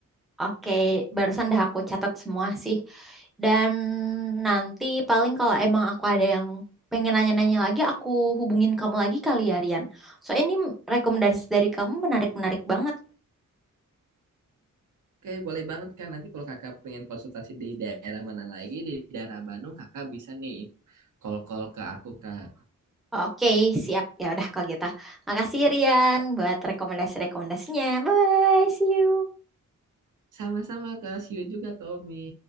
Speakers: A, in the centre; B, on the right (about 70°).
A: Oke, barusan dah aku catat semua sih. Dan nanti paling kalau emang aku ada yang pengen nanya-nanya lagi, aku hubungin kamu lagi kali ya, Rian. Soalnya ini rekomendasi dari kamu menarik-menarik banget.
B: Oke, boleh banget kan. Nanti kalau kakak pengen konsultasi di daerah mana lagi, di daerah Bandung, kakak bisa nih call-call ke aku, Kak.
A: Oke, siap. Ya udah kalau gitu. Makasih Rian buat rekomendasi-rekomendasinya. Bye, see you.
B: Sama-sama, Kak. See you juga, Kak Omi.